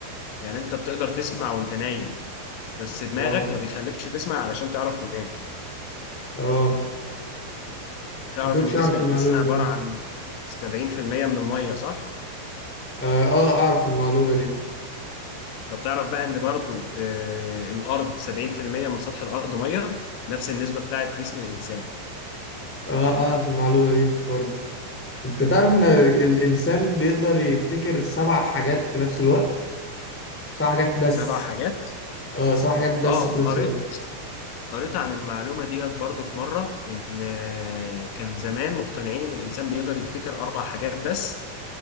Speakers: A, on the left; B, in the centre.
A: يعني انت بتقدر تسمع وانت نايم بس دماغك
B: اه
A: ما بيخليكش تسمع علشان تعرف تنام
B: اه
A: تعرف
B: ما كنتش
A: ان
B: اعرف
A: جسم الانسان
B: المعلومه
A: عباره
B: دي لا
A: عن 70% من الميه صح
B: اه اه اعرف المعلومه دي
A: طب تعرف بقى ان برضو آه، الارض 70% من سطح الارض ميه نفس النسبه بتاعت جسم الانسان
B: اه آه، اعرف المعلومه دي برضه انت تعرف ان الانسان بيقدر يفتكر سبع حاجات في نفس الوقت سبع حاجات بس
A: سبع حاجات
B: اه سبع حاجات بس
A: اه
B: في نفس
A: قريت
B: الوقت
A: قريت عن المعلومه ديت برضو في مره ان آه، كان زمان مقتنعين ان الانسان بيقدر يفتكر اربع حاجات بس